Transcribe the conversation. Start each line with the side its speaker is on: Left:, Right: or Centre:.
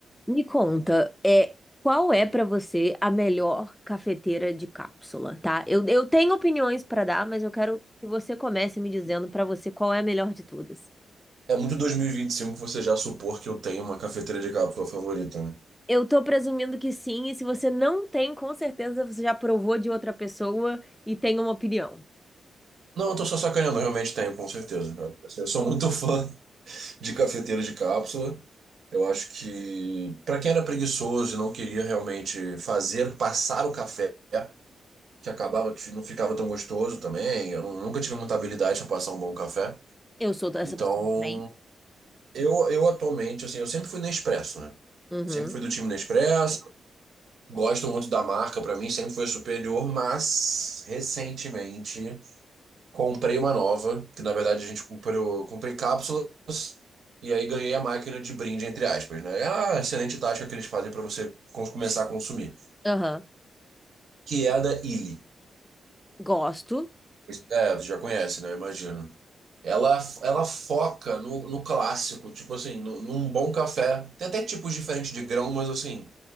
Centre: Me conta, é, qual é pra você a melhor cafeteira de cápsula, tá? Eu, eu tenho opiniões pra dar, mas eu quero que você comece me dizendo pra você qual é a melhor de todas.
Right: É muito 2025 que você já supor que eu tenho uma cafeteira de cápsula favorita, né?
Centre: Eu tô presumindo que sim, e se você não tem, com certeza você já provou de outra pessoa e tem uma opinião.
Right: Não, eu tô só sacaneando, eu realmente tenho, com certeza. Eu sou muito <laughs> fã de cafeteira de cápsula. Eu acho que, pra quem era preguiçoso e não queria realmente fazer, passar o café, que acabava que não ficava tão gostoso também, eu nu- nunca tive muita habilidade a passar um bom café.
Centre: Eu sou dessa
Right: Então,
Centre: pessoa também.
Right: eu, eu atualmente, assim, eu sempre fui Nespresso, né?
Centre: Uhum.
Right: Sempre fui do time Nespresso, Gosto muito da marca, pra mim sempre foi superior, mas recentemente comprei uma nova, que na verdade a gente comprou, comprei cápsulas e aí ganhei a máquina de brinde, entre aspas, né? É uma excelente tática que eles fazem pra você cons- começar a consumir,
Centre: Aham.
Right: que é a da Illy.
Centre: Gosto.
Right: É, você já conhece, né? Eu imagino. Ela, ela foca no, no clássico, tipo assim, no, num bom café. Tem até tipos diferentes de grão, mas assim,